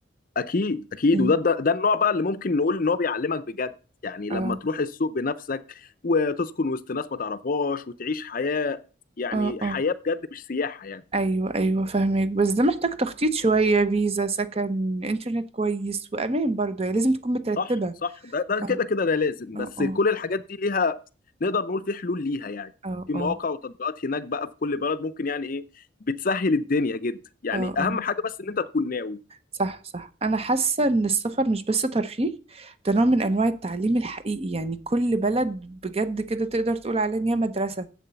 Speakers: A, on the left (about 45°); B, on the right (about 30°).
A: اكيد اكيد
B: مم.
A: وده ده, ده النوع بقى اللي ممكن نقول ان هو بيعلمك بجد يعني
B: اه
A: لما تروح السوق بنفسك وتسكن وسط ناس ما تعرفهاش وتعيش حياه يعني
B: اه اه
A: حياه بجد مش سياحه يعني
B: أيوه أيوه فاهمك بس ده محتاج تخطيط شوية فيزا سكن إنترنت كويس وأمان برضه يعني لازم تكون مترتبة
A: صح صح ده ده
B: اه
A: كده كده ده لازم
B: اه
A: بس
B: اه
A: كل الحاجات دي ليها نقدر نقول في حلول ليها يعني
B: اه
A: في مواقع
B: اه
A: وتطبيقات هناك بقى في كل بلد ممكن يعني ايه بتسهل الدنيا جدا يعني
B: اه اه
A: اهم حاجه بس ان انت تكون ناوي
B: صح صح أنا حاسة إن السفر مش بس ترفيه ده نوع من أنواع التعليم الحقيقي يعني كل بلد بجد كده تقدر تقول عليها إن هي مدرسة